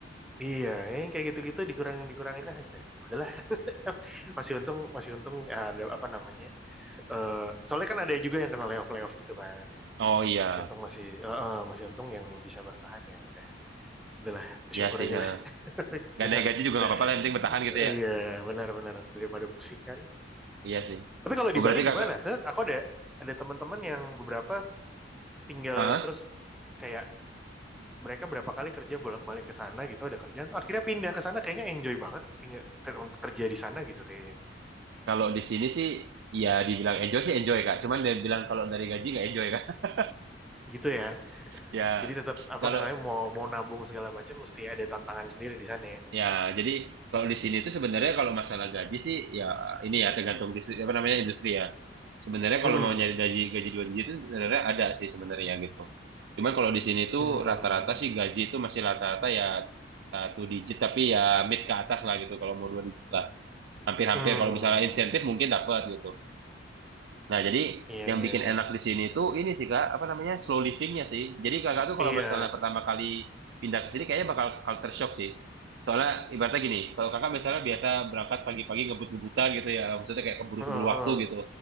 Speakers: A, in the centre; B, on the right.
A: Iya, yang kayak gitu-gitu dikurangin dikurangin ah ya, ya udahlah. <laughs> masih untung masih untung ada apa namanya? Eh, soalnya kan ada juga yang kena layoff layoff gitu kan.
B: Oh iya,
A: Masih untung masih eh, eh, masih untung yang bisa bertahan ya udah. Udahlah, bersyukur
B: iya sih.
A: aja
B: Heeh.
A: lah.
B: Gak
A: Jangan
B: naik gaji juga nggak
A: <laughs>
B: apa-apa lah, yang penting bertahan gitu
A: Oh,
B: ya.
A: iya, benar-benar daripada pusing kan.
B: Iya sih.
A: Tapi kalau di
B: Oh
A: Bali
B: berarti
A: gimana?
B: kakak,
A: Saya aku ada ada teman-teman yang beberapa tinggal
B: Hah?
A: terus kayak mereka berapa kali kerja bolak-balik ke sana gitu ada kerjaan akhirnya pindah ke sana kayaknya enjoy banget tinggal ke- kerja di sana gitu kayaknya
B: Kalau di sini sih, ya dibilang enjoy sih enjoy Kak. Cuman dia bilang kalau dari gaji nggak enjoy Kak. <laughs>
A: gitu ya
B: Ya,
A: jadi tetap apa
B: kalau
A: namanya mau mau nabung segala macam mesti ada tantangan sendiri di sana ya
B: ya jadi kalau di sini itu sebenarnya kalau masalah gaji sih ya ini ya tergantung dis- apa namanya industri ya. Sebenarnya
A: hmm
B: kalau mau nyari gaji gaji dua digit itu sebenarnya ada sih sebenarnya gitu. Cuman kalau di sini tuh
A: hmm
B: rata-rata sih gaji itu masih rata-rata ya satu digit tapi ya mid ke atas lah gitu kalau mau dua digit lah. Hampir-hampir
A: hmm
B: kalau misalnya insentif mungkin dapat gitu. Nah, jadi
A: iya
B: yang
A: iya
B: bikin
A: iya
B: enak di sini tuh ini sih Kak, apa namanya? slow livingnya sih. Jadi Kakak tuh kalau
A: iya
B: misalnya pertama kali pindah ke sini kayaknya bakal culture shock sih. Soalnya ibaratnya gini, kalau Kakak misalnya biasa berangkat pagi-pagi ngebut-ngebutan gitu ya, maksudnya kayak keburu-keburu
A: Heeh, heeh.
B: waktu gitu.